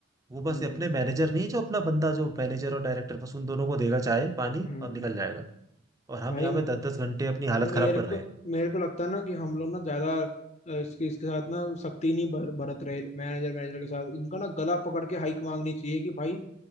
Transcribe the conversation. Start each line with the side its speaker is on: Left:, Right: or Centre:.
Right: वो बस
Left: हम्म
Right: अपने मैनेजर नहीं है, जो अपना बंदा जो मैनेजर और डायरेक्टर बस उन दोनों को देगा चाय पानी
Left: हम्म।
Right: और निकल जाएगा और हम
Left: भाई
Right: यहाँ पे दस दस घंटे अपनी हालत
Left: मेरे
Right: खराब कर
Left: को
Right: रहे हैं
Left: मेरे को लगता है ना कि हम लोग ना ज्यादा अ, इसके इसके साथ ना सख्ती नहीं बर, बरत रहे मैनेजर मैनेजर के साथ इनका ना गला पकड़ के हाइक मांगनी चाहिए कि भाई